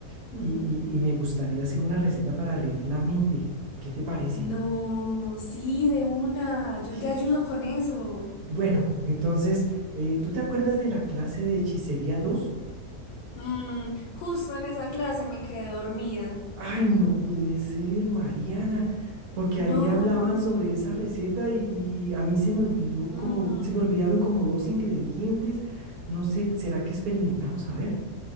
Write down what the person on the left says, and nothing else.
Ujú.
No, sí, de una, yo
te ayudo con eso.
Mm, justo en esa clase me quedé dormida.
No.
Mm,